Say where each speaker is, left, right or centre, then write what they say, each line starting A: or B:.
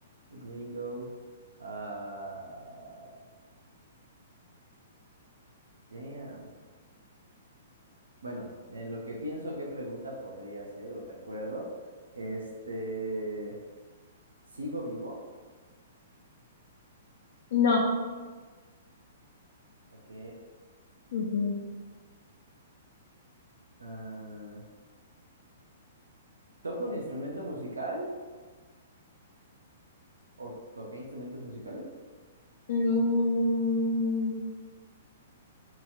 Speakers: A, on the right; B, on the left.
A: gringo. Ah, damn. Bueno, en lo que pienso qué pregunta podría ser o recuerdo. Este, ¿sigo vivo?
B: No.
A: Ok.
B: Ujú.
A: Ah, ¿toca un instrumento musical o toqué instrumentos musicales?
B: Mm,